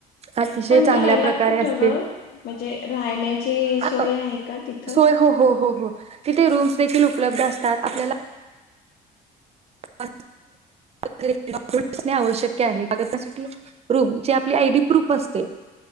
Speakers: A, on the right (about 40°); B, on the left (about 65°).
A: अतिशय
B: पण
A: चांगल्या
B: राहिलात
A: प्रकारे
B: कुठं
A: असते
B: गं. म्हणजे राहण्याची
A: आ-
B: सोय
A: अ,
B: आहे का तिथं?
A: सोय हो हो हो तिथे रूम्स देखील उपलब्ध असतात आपल्याला <inaudible> मेन्ट आवश्यक आहे आणि त्यासाठी रूम जी आपली आयडी प्रूफ असते,